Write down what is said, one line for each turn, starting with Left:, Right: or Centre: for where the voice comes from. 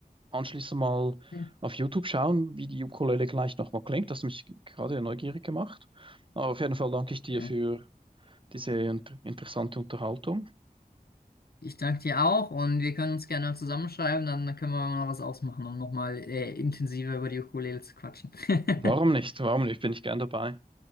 Right: anschließend mal
Left: Ja.
Right: auf YouTube schauen, wie die Ukulele gleich nochmal klingt. Das hat mich gerade ja neugierig gemacht. Aber auf jeden Fall danke ich dir
Left: Ja.
Right: für diese inter interessante Unterhaltung.
Left: Ich danke dir auch und wir können uns gerne zusammenschreiben, dann können wir mal was ausmachen, um nochmal äh, intensiver über die Ukulele zu quatschen.
Right: Warum
Left: <laughs>
Right: nicht? Warum nicht? Bin ich gern dabei.